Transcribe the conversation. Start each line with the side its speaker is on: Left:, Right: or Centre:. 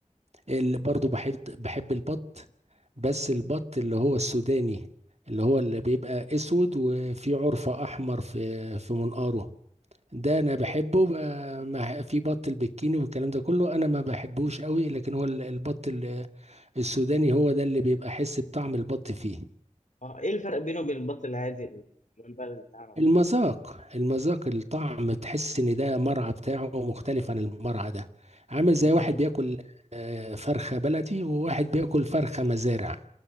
Right: اللي برضو بحب بحب البط بس البط اللي هو السوداني اللي هو اللي بيبقى اسود وفي عرفة احمر في في منقاره ده انا بحبه
Left: م...
Right: بقى
Left: مم.
Right: مع- في بط البكيني والكلام ده كله انا ما بحبوش قوي لكن هو ال- البط ال- السوداني هو ده اللي بيبقى حس بطعم البط فيه
Left: اه ايه الفرق بينه وبين البط العادي والبلدي بتاعنا ده؟
Right: المذاق المذاق الطعم تحس ان ده مرعى بتاعه مختلف عن المرعى ده عامل زي
Left: مم.
Right: واحد بياكل آه، فرخة بلدي وواحد بياكل فرخة مزارع